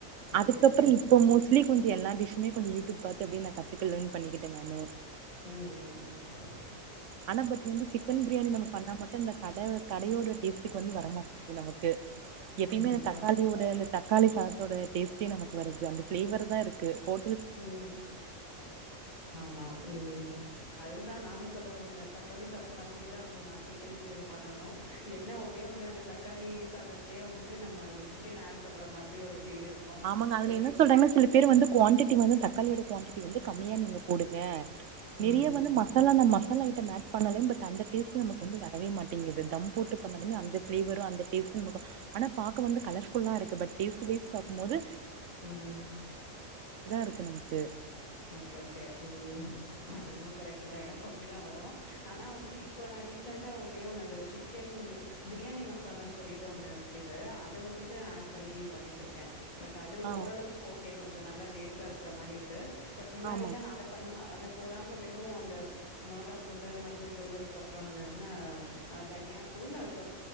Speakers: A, on the left; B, on the right.
A: ஓகே.
B: அதுகப்பறோ
A: ம்.
B: இபப மோஸ்ட்லி எல்லா டிஷ்ஸுமே கொஞ்சோ யூடியூப்ல பாத்து அப்டியே நா கத்துக்குல பண்ணிக்கிட்டே நானு
A: உம் உம்
B: ஆனா பட் வந்து சிக்கன் ப்ரியாணி நம்ம பண்ண மட்டு இந்த <unintelligible> கடையோடு டேஸ்ட்டுக்கு வந்து வரமாட்கிது நமக் கு எப்பியுமே
A: கண்டிப்பா.
B: தக்காளியோட அந்த தக்காளி சாதத்தோட டேஸ்ட்டே நமக்கு வருது அந்த பிளேவர் தா இருக் கு ஹோட்
A: உம் ஆமா உம் அதுதா நானு சொல்லவந்தே தக்காளி சாத மாரியே தா இருக்கும் நா சிக்கன் ப்ரியாணி பண்ணாலு என்ன ஒன்னே ஒன்னு அந்த தக்காளி சாதத்லியே வந்துட்டு நம்ம அந்த சிக்கன் ஆட் பண்ற மாத்ரி ஒரு ஃபீல் இருக்கும்.
B: ஆமாங்க அதுல
A: பட்
B: என்ன
A: இருந்தாலும்
B: சொல்றாங்னா சில பேர் வந்து குவான்டிடி வந்து த <unintelligible> <unintelligible> வந்து கம்மியா நீங்க போடுங்க நிறைய
A: ம்.
B: வந்து மசாலா அந்த ம சாலா ஐட்டம் ஆட் பண்ணல பட் அந்த டேஸ்ட்டு நமக் வந்து வரவே மாட் அப்படிங்குது தம் போட்டு பண்ணாலுமே அந்த ஃப்ளேவரு அந்த டேஸ்டு நம் <unintelligible> ஆனா பாக்க வந்து கலர்ஃபுல்லா இருக்கு பட் டேஸ்ட்டு வைஸ் <unintelligible> மோது
A: ம்
B: இருக்கு நமக்கு
A: ஓகே ஓகே ம் அது என்னோவோ கரெக்ட்டு தா எனக்கு அப்படிதா வரு ஆனா வந்துட்டு இப்ப நா ரீசெண்டா ஒன்னே ஒன்னு சிக்கன் பிரியாணி மசாலானு சொல்லிட்டு ஒன்னு விக்கிது அது வந்துட்டு ஆட் பண்ணி பண்ணிட்டு இருக்கே பட் அது
B: ஆ
A: ஓரளவுக்கு ஓகே கொஞ்ச நல்லா டேஸ்டா இருக் ருக்கிற மாரி இருக்கு பட் முன்னாடிலாம்
B: ஆமாங்
A: நான் அத பண்ணமா அது போடாம வெறும் அந்த மொளகா தூளு மஞ்ச தூளு அதுக்கப்பறம் என்னன்ன தனியா தூள் அதுக்கப்